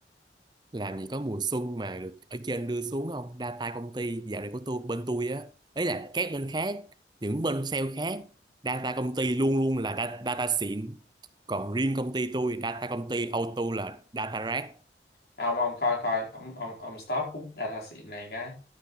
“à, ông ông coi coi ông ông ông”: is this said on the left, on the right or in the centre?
Left